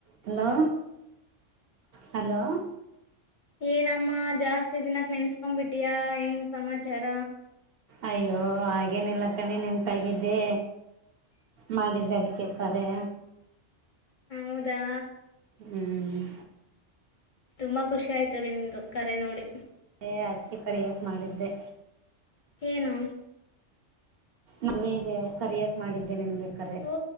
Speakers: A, on the right; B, on the left.
A: Hello hello
B: ಏನಮ್ಮ ಜಾಸ್ತಿ ದಿನಾಕ್ ನೆನ್ಸ್ಕೊಬಿಟಿಯಾ ಏನ್ ಸಮಾಚಾರ
A: ಅಯ್ಯೋ ಹಾಗೇ ನಿಲ್ಲಕ್ಕಣೆ ನೆನ್ಪಾಗಿದ್ದೆ ಮಾಡಿದ್ದ ಅದಕ್ಕೆ ಪಾರೆ
B: ಹೌದಾ
A: ಹ್ಮ್
B: ತುಂಬಾ ಖುಷಿ ಆಯ್ತು ನಿಮ್ದು ಕರೆ ನೋಡಿ
A: ಏ.. ಅದಕ್ಕೆೆ ಕರಿಯಾಕ್ ಮಾಡಿದ್ದೆ
B: ಏನು
A: ಮನೆಗೆ ಕರಿಯಕ್ ಮಾಡಿದ್ದೇ ನಿನ್ಗೆ ಕರೆ.
B: ಓ